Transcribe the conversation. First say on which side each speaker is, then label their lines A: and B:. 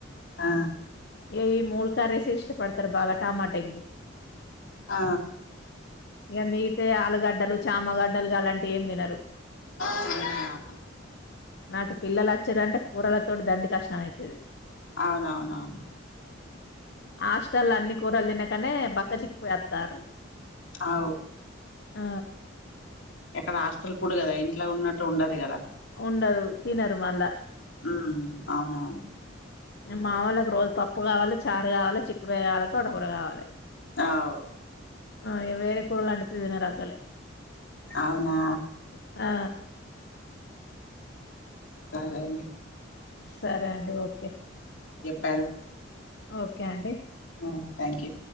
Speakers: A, on the left; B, on the left.
A: ఆ
B: ఏ్య మూడు కర్రీస్ ఇష్టపడతారు బాగా టమాటెంగు.
A: ఆ
B: ఇక మిగితాయి ఆలుగడ్డలు చామగడ్డలు ఇగ అలాంటివి ఏం తినరు.
A: ఆ
B: నాకు పిల్లలు అచ్చిరంటే కూరలతోటి దండి కష్టం అయితది
A: అవునవునవును
B: ఆష్ ట్టల్ల అన్ని కూరలు తినకనే బక్క చిక్కిపోఅత్తర్రు
A: అవు
B: ఆ
A: ఎక్కడ హాస్టల్ ఫుడ్ కదా ఇంట్ల ఉన్నట్టు ఉండదు కదా
B: ఉండదు తినరు మళ్ళా
A: ఉం అవునవును
B: మా వాళ్ళకు రోజు పప్పు కావాలి చారు కావాలి చిక్కుడుయ్య కావాలా తోట కూర కావాలే.
A: ఆవ్
B: ఆ ఇగ వేర కూరలండు తె తినరు అసలే
A: అవునా
B: ఆ
A: సరే అండి
B: సరే అండి ఓకే
A: టల్
B: ఓకే అండి
A: అ థ్యాంక్ యూ